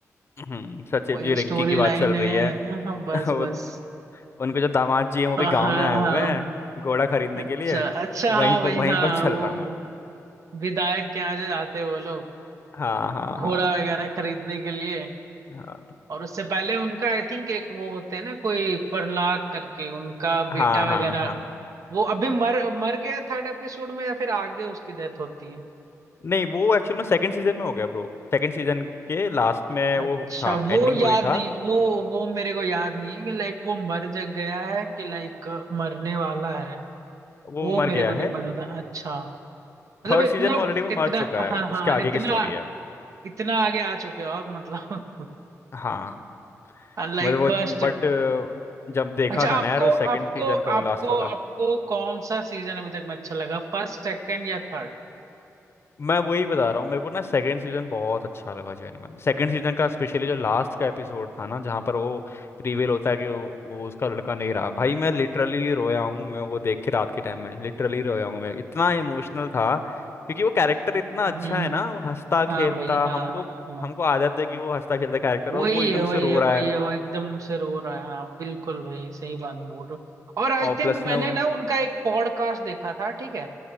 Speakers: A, on the left; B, on the right.
A: हम्म, सचिव
B: वही
A: जी रिंकी
B: स्टोरी
A: की बात
B: लाइन
A: चल
B: है
A: रही है
B: हाँ, बस
A: <laughs> वो
B: बस
A: उनके जो दामाद जी हैं वो भी
B: हाँ
A: गाँव में आए
B: हाँ
A: हुए हैं घोड़ा खरीदने
B: अच्छा
A: के लिए
B: अच्छा
A: वहीं
B: हाँ
A: पर
B: भाई हाँ
A: वहीं पर चल
B: वो
A: रहा हूँ मैं।
B: विधायक के यहाँ जो जाते हैं वो लोग
A: हाँ हाँ
B: घोड़ा
A: हाँ
B: वगैरह खरीदने के लिए
A: हाँ
B: और उससे पहले उनका आई थिंक एक वो होते हैं ना कोई प्रहलाद करके उनका बेटा
A: हाँ हाँ
B: वगैरह
A: हाँ
B: वो अभी मर मर गया थर्ड एपिसोड में या फिर आगे उसकी डेथ होती है
A: नहीं वो एक्चुअल में सेकंड सीजन में हो गया ब्रो सेकंड सीजन के लास्ट में
B: अच्छा
A: वो था
B: वो
A: एंडिंग
B: याद
A: वही था
B: नहीं वो वो मेरे को याद नहीं है कि लाइक वो मर जग गया है कि लाइक मरने वाला है
A: वो
B: वो
A: मर
B: मेरे
A: गया
B: को
A: है
B: नहीं पता था अच्छा मतलब
A: थर्ड
B: इतना
A: सीजन में ऑलरेडी वो मर
B: इतना
A: चुका
B: हाँ
A: है
B: हाँ
A: उसके आगे
B: इतना
A: की स्टोरी है
B: इतना आगे आ चुके हो आप मतलब
A: हाँ
B: <laughs> Like
A: मतलब वो
B: first
A: बट जब देखा
B: अच्छा
A: था
B: आपको
A: ना यार वो सेकंड
B: आपको
A: सीजन का वो
B: आपको
A: लास्ट वाला
B: आपको कौन सा सीजन अभी तक में अच्छा लगा फर्स्ट सेकंड या थर्ड
A: मैं वही बता रहा हूँ मेरे को ना सेकंड सीजन बहुत अच्छा लगा जेनवन में सेकंड सीजन का स्पेशली जो लास्ट का एपिसोड था ना जहाँ पर वो रिवील होता है कि वो, वो उसका लड़का नहीं रहा भाई मैं लिटरली रोया हूँ मैं वो देख के रात के टाइम में लिटरली रोया हूँ मैं इतना इमोशनल था क्योंकि वो कैरेक्टर इतना
B: हम्म
A: अच्छा है ना वो हंसता खेलता
B: हाँ भाई हाँ
A: हमको
B: हाँ हाँ
A: हमको आदत है कि वो हंसता खेलता कैरेक्टर
B: वही
A: और वो एकदम
B: है वही
A: से रो
B: है
A: रहा
B: भाई
A: है
B: वो एकदम से रो रहा है हाँ बिल्कुल भाई सही बात बोल रहे हो और आई
A: और
B: थिंक
A: प्लस
B: मैंने
A: में उन
B: ना उनका एक पॉडकास्ट देखा था ठीक है